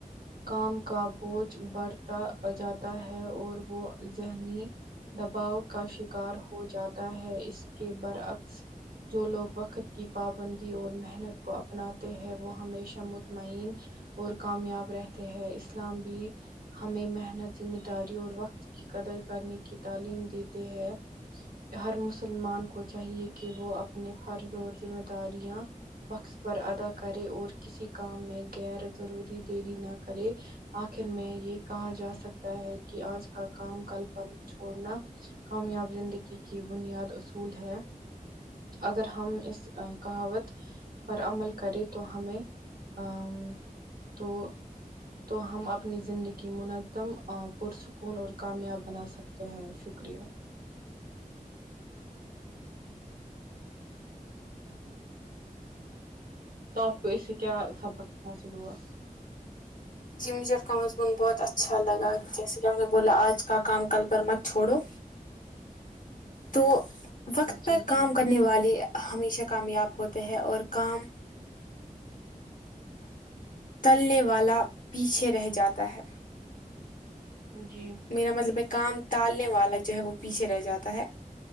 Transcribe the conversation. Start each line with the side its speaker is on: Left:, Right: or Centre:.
Right: کام کا بوجھ برت تا جاتا ہے اور وہ ذہنی دباؤ کا شکار ہو جاتا ہے اس کے برعکس جو لوگ وقت کی پابندی اور محنت کو اپناتے ہیں وہ ہمیشہ مطمئن اور کامیاب رہتے ہیں اسلام بھی ہمیں محنت ذمہ داری اور وقت کی قدر کرنے کی تعلیم دیتے ہیں ہر مسلمان کو چاہیے کہ وہ اپنے فرض اور ذمہ داریاں وقت پر ادا کرے اور کسی کام میں غیر ضروری دیری نہ کرے آخر میں یہ کہا جا سکتا ہے کہ آج کا کام کل پر نہ چھوڑنا کامیاب زندگی کی بنیاد اصول ہے اگر ہم اس کہاوت پر عمل کرے تو ہمیں آم تو تو ہم اپنی زندگی منظم پرسکون اور کامیاب بنا سکتے ہیں شکریہ تو آپ کو اس سے کیا سبق حاصل ہوا
Left: جی مجھے آپ کا مضمون بہت اچھا لگا جیسے کہ آپ نے بولا آج کا کام کل پر مت چھوڑو تو وقت
Right: جی
Left: پر
Right: جی
Left: کام کرنے والے ہمیشہ کامیاب ہوتے ہیں اور کام تلنے والا پیچھے رہ جاتا ہے
Right: جی
Left: میرا مطلب کام ٹالنے والا جو ہے وہ پیچھے رہ جاتا ہے